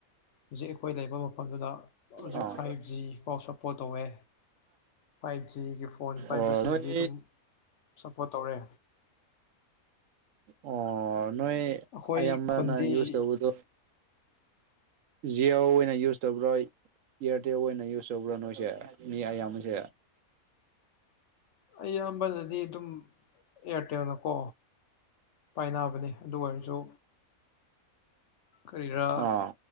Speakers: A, on the left; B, on the right.
A: ꯍꯧꯖꯤꯛ ꯑꯩꯈꯣꯏ ꯂꯩꯕ ꯃꯐꯝꯗꯨꯗ ꯍꯧꯖꯤꯛ
B: ꯑꯥ
A: ꯐꯥꯏꯚ ꯖꯤ ꯄꯥꯎ ꯑꯄ ꯇꯧꯋꯦ ꯐꯥꯏꯚ ꯖꯤꯒꯤ ꯐꯣꯟ ꯄꯥꯏꯕꯁꯤꯡꯗꯤ
B: ꯑꯣ ꯅꯣꯏ
A: ꯑꯗꯨꯝ ꯁꯞꯄꯣꯔꯠ ꯇꯧꯔꯦ
B: ꯑꯣ ꯅꯣꯏ
A: ꯑꯩꯈꯣꯏ
B: ꯑꯌꯥꯝꯕꯅ
A: ꯈꯨꯟꯗꯤ
B: ꯌꯨꯁ ꯇꯧꯕꯗꯣ
A: <unintelligible>
B: ꯖꯤꯑꯣ ꯑꯣꯏꯅ ꯌꯨꯁ ꯇꯔ꯭ꯔꯣꯏ ꯏꯌꯥꯔꯇꯦꯜ ꯑꯣꯏꯅ ꯌꯨꯁ ꯇꯧꯕ꯭ꯔꯥ ꯅꯣꯏꯁꯦ ꯃꯤ ꯑꯌꯥꯝꯕꯁꯦ
A: ꯑꯌꯥꯝꯕꯅꯗꯤ ꯑꯗꯨꯝ ꯑꯦꯌꯥꯔꯇꯦꯜꯅꯀꯣ ꯄꯥꯏꯅꯕꯅꯤ ꯑꯗꯨ ꯑꯣꯏꯔꯁꯨ ꯀꯔꯤꯔꯥ
B: ꯑꯥ